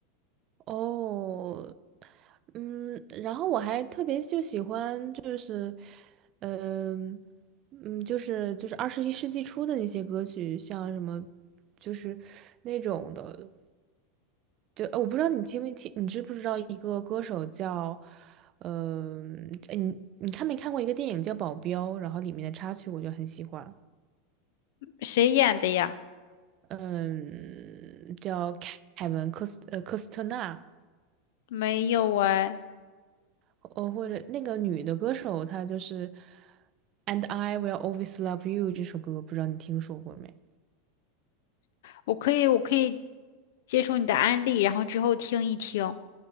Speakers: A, on the right; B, on the left.
A: 哦，嗯，然后我还特别就喜欢就是，嗯、嗯，就是就是二十一世纪初的那些歌曲，像什么，就是那种的，就呃我不知道你听没听，你知不知道一个歌手叫，嗯、呃，你你看没看过一个电影叫《保镖》，然后里面的插曲我就很喜欢，
B: 谁演的呀？
A: 嗯，叫凯凯文科斯呃科斯特纳。
B: 没有哎，
A: 哦，或者那个女的歌手，她就是《And I Will Always Love You》这首歌，不知道你听说过没？
B: 我可以，我可以接受你的安利，然后之后听一听。